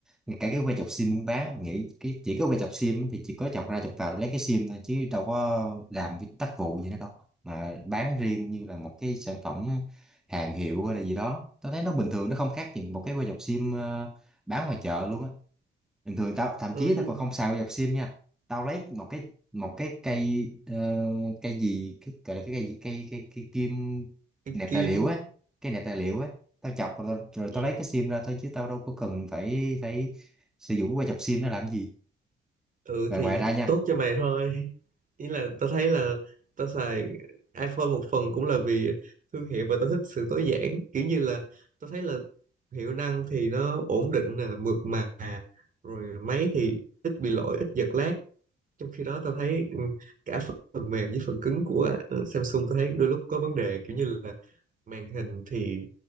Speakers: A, in the centre; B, on the right.
A: ngay cả cái que chọc sim cũng bán nghĩ cái chỉ có que chọc sim thì chỉ có chọc ra chọc vào rồi lấy cái sim thôi chứ đâu có làm cái tác vụ gì nữa đâu mà bán riêng như là một cái sản phẩm hàng hiệu hay là gì đó tao thấy nó bình thường nó không khác gì một cái que chọc sim ờ, bán ngoài chợ luôn á bình thường tao thậm
B: ừ
A: chí
B: nhưng
A: tao còn không xài qua dọc sim nha tao lấy một cái một cái cây ờ, cây gì cái gọi là cái cây gì? cây cây cây kim
B: cái
A: nẹp
B: kim
A: tài liệu á cái nẹp tài liệu á tao chọc rồi, rồi
B: ừ,
A: tao lấy cái sim ra thôi chứ tao đâu có cần phải phải sử dụng qua dọc sim nó làm gì
B: ừ
A: và
B: thì
A: ngoài ra nha
B: tốt cho mày thôi ý là tao thấy là tao xài iPhone một phần cũng là vì thương hiệu và tao thích sự tối giản kiểu như là tao thấy là hiệu năng thì nó ổn định nè mượt mà rồi máy thì ít bị lỗi ít giật lag trong khi đó tao thấy ừ, cả phần mềm với phần cứng của ừ, Samsung tao thấy đôi lúc có vấn đề kiểu như là màn hình thì